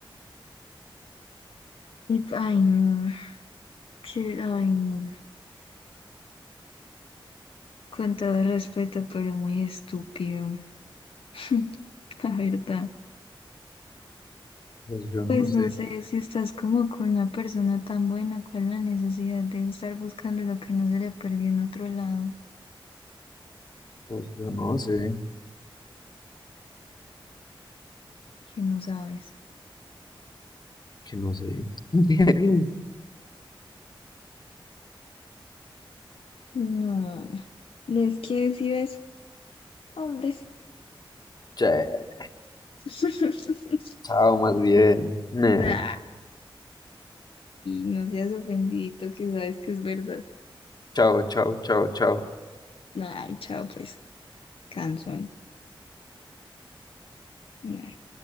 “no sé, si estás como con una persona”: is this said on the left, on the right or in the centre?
Left